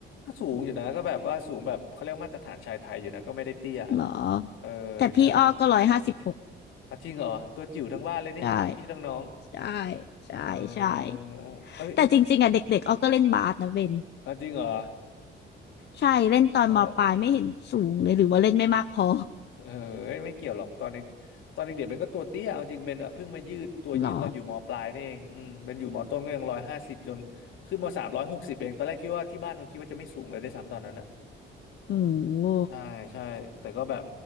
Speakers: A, on the left; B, on the left.
A: ก็สูงอยู่นะก็แบบว่าสูงแบบเขาเรียกมาตรฐานชายไทยอยู่นะก็ไม่ได้เตี้ย
B: <laughs> หรอ
A: เออ
B: แต่พี่อ้อก็ร้อยห้าสิบหก
A: ใช่อ่ะจริงเหรอตัวจิ๋วทั้งบ้านเลยนี่ทั้งพี่ทั้งน้อง
B: ใช่ใช่ใช่ใช่
A: เออเอ้ย
B: แต่จริงๆอ่ะเด็กๆอ้อก็เล่นบาสนะเบน
A: อ่ะจริงเหรอ
B: ใช่เล่นตอนมปลายไม่เห็นสูงเลยหรือว่าเล่นไม่มากพอ
A: เขาก็ เออเอ้ยไม่เกี่ยวหรอกตอนเด็กตอนเด็กเด็กเป็นก็ตัวเตี้ยเอาจริงเป็นอ่ะเพิ่งมายืดตัวยืดตอนอยู่มปลายนี่เองอืมเป็นอยู่มต้นก็ยังร้อยห้าสิบจนขึ้นมสามร้อยหกสิบเองตอนแรกคิดว่าที่บ้านเขาคิดว่าจะไม่สูงเลยได้วยซ้ำตอนนั้นนะ
B: หรอโอ้โห
A: ใช่ใช่แต่ก็แบบ